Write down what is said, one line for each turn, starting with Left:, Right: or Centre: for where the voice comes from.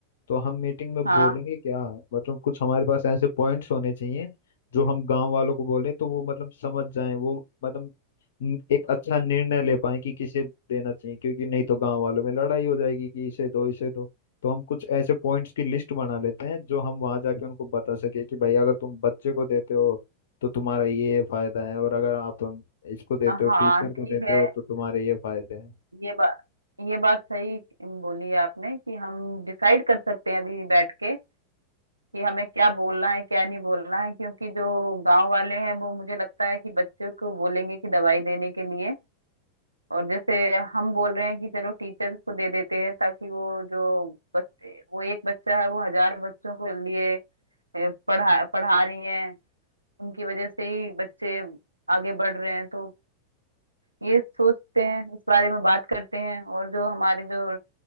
Left: तो हम मीटिंग में
Right: हाँ
Left: बोलेंगे क्या मतलब कुछ हमारे पास ऐसे पॉइंट्स होने चाहिए जो हम गांव वालों को बोलें तो वो मतलब समझ जाएं वो मतलब न- एक अच्छा निर्णय ले पाए कि किसे देना चाहिए क्योंकि नहीं तो गांव वालों में लड़ाई हो जाएगी कि इसे दो इसे दो तो हम कुछ ऐसे पॉइंट्स की लिस्ट बना लेते हैं जो हम वहां जाके उनको बता सके कि भाई अगर तुम बच्चे को देते हो तो तुम्हारा ये फायदा है और अगर आप हम, इसको देते
Right: हाँ
Left: हो टीचर को
Right: ठीक
Left: देते
Right: है
Left: हो तो तुम्हारे ये फायदे हैं
Right: ये बात ये बात सही बोली है आपने कि हम डिसाइड कर सकते हैं अभी बैठ के कि हमें क्या बोलना है क्या नहीं बोलना है क्योंकि जो गांव वाले हैं वो मुझे लगता है कि बच्चों को बोलेंगे कि दवाई देने के लिए और जैसे हम बोल रहे हैं कि चलो टीचर्स को दे देते हैं ताकि वो जो बच्चे वो एक बच्चा है वो हजार बच्चों के लिए ए, पढ़ा पढ़ा रही हैं उनकी वजह से ही बच्चे आगे बढ़ रहे हैं तो ये सोचते हैं इस बारे में बात करते हैं और जो हमारे जो